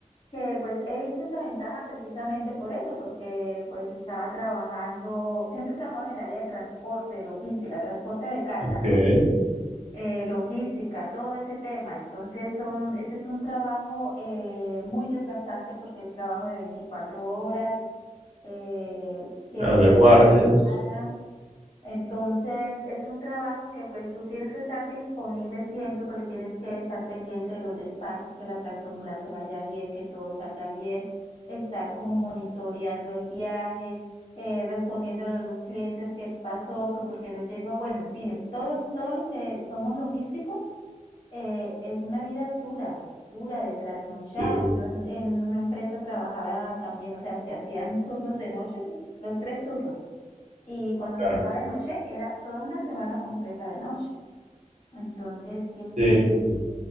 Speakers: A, on the left; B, on the right.
A: que pues he visto esa ventaja precisamente por eso, porque pues estaba trabajando, siempre he trabajado en el área de transporte, logística, transporte de carga,
B: ok.
A: ¿no? Eh, logística, todo ese tema. Entonces, son, ese es un trabajo eh, muy desgastante porque es trabajo de 24 horas, eh, 7
B: Claro, de
A: días
B: guardias.
A: a la semana. Entonces, es un trabajo que pues tú tienes que estar disponible siempre porque tienes que estar pendiente de los despachos, que la tractomula se vaya bien, que todo salga bien, estar como monitoreando el viaje, eh, respondiéndole a los clientes qué pasó, que por qué no llegó, bueno, en fin, el, todo, el- todos los que somos logísticos, eh, es una vida dura, dura de trasnochar.
B: Sí,
A: Yo en en una empresa trabajaba también, o sea, se hacían turnos de noche, los tres turnos. Y cuando
B: claro.
A: me tocaba de noche, era toda una semana completa de noche. Entonces, siempre...
B: Sí, sí.
A: es